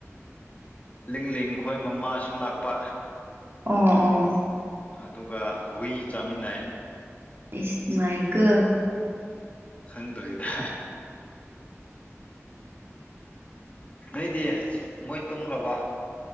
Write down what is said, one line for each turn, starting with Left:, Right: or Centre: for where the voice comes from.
Left: ꯂꯤꯡ ꯂꯤꯡ ꯈꯣꯏ ꯃꯃꯥꯁꯨ ꯂꯥꯛꯄ
Right: ꯑꯣ ꯑꯣ
Left: ꯑꯗꯨꯒ ꯍꯨꯏ ꯆꯥꯃꯤꯟꯅꯩ
Right: ꯏꯁ ꯅꯨꯡꯉꯥꯏꯀꯣ
Left: ꯈꯪꯗ꯭ꯔꯤꯗ ꯅꯣꯏꯗꯤ ꯃꯣꯏ ꯇꯨꯝꯈ꯭ꯔꯕ